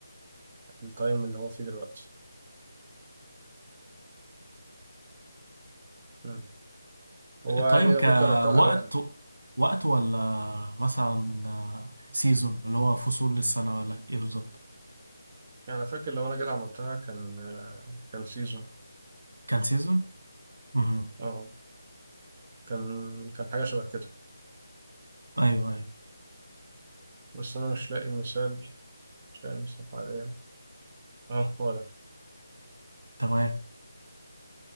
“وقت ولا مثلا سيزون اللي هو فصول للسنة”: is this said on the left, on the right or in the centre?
Right